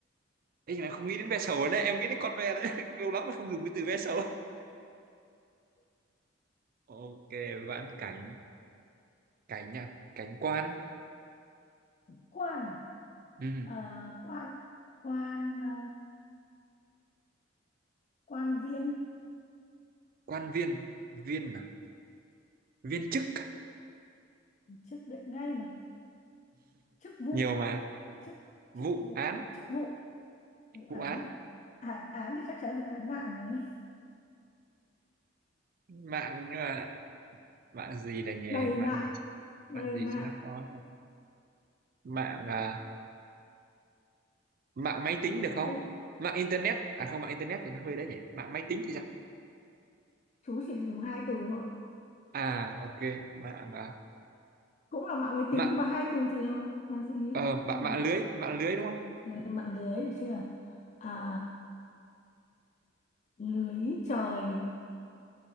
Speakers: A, on the right (about 45°); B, on the left (about 35°).
A: Ê, nhưng mà em không nghĩ đến ve sầu nữa em nghĩ đến con ve đấy <laughs> lâu lắm mà không dùng cái từ ve sầu ok vãn cảnh cảnh à cảnh quan
B: Quan à?
A: ừ.
B: À, quan. Quan. à, quan viên.
A: quan viên viên à viên chức
B: Chức biết ngay mà. Chức vụ.
A: nhiều mà
B: Chức.
A: vụ
B: Chức vụ.
A: án
B: Chức vụ. Vụ án
A: vụ án
B: à? Án, án thì chắc chắn là án mạng rồi.
A: mạng nhưng mà mạng gì đây nhỉ
B: đầy
A: mạng
B: mạng
A: gì
B: đầy
A: mạng gì
B: mạng
A: cho nó khó nhỉ? mạng à, mạng máy tính được không
B: Ừ,
A: mạng internet à không mạng internet thì nó hơi đấy nhỉ mạng máy tính thì sao
B: chú chỉ dùng hai từ thôi
A: à ok mạng à,
B: cũng là mạng máy
A: mạng
B: tính nhưng mà hai từ thì nó mà gì
A: ờ mạng
B: Mạng
A: mạng lưới mạng lưới đúng không
B: ừ, mạng lưới được chưa à, lưới trời